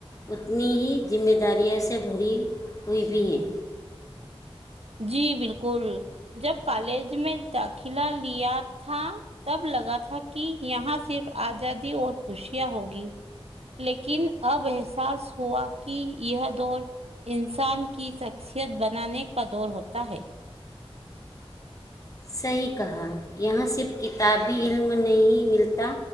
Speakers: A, on the left (about 35°); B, on the right (about 85°).
A: اتنی ہی ذمہ داروںں سے بھری ہوئی بھی ہیں
B: جی بالکل جب کالج میں داخلہ لیا تھا تب لگا تھا کہ یہاں صرف آزادی اور خوشیاں ہوگی لیکن اب احساس ہوا کہ یہ دور انسان کی شخصیت بنانے کا دور ہوتا ہے
A: صحیح کہا یہاں صرف کتابی علم نہیں ملتا